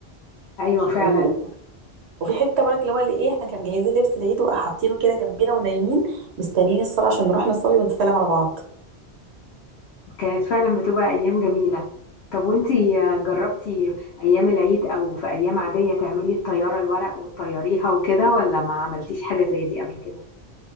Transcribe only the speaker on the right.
و... وفي حته برك اللي هو اللي ايه احنا كان مجهزين لبس العيد وحاطينه كده جنبنا ونايمين مستنيين الصلاه عشان نروح نصلي ونسلم على بعض